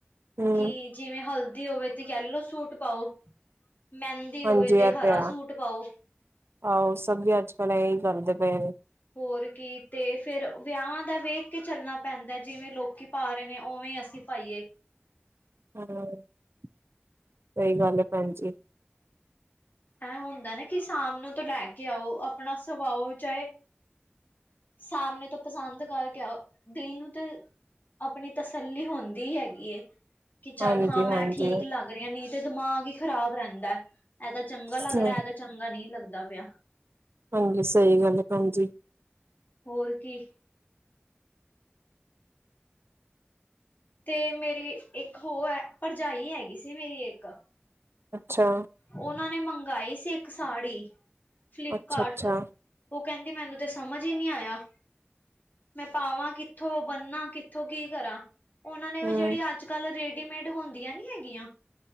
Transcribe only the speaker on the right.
ਹੂੰ
ਹਾਂਜੀ
ਇਹ
ਹੈ
ਆਹੋ ਸਭ ਵੀ ਅੱਜ- ਕੱਲ੍ਹ ਇਹਹੀ ਕਰਦੇ ਪਏ ਨੇ।
ਹੂੰ, ਸਹੀ ਗੱਲ ਐ ਭੈਣ ਜੀ।
ਹਾਂਜੀ-ਹਾਂਜੀ
ਹਾਂਜੀ
ਹਾਂਜੀ ਸਹੀ ਗੱਲ ਐ ਭੈਣਜੀ।
ਅੱਛਾ
ਅੱਛਾ-ਅੱਛਾ
ਹੂੰ-ਹੂੰ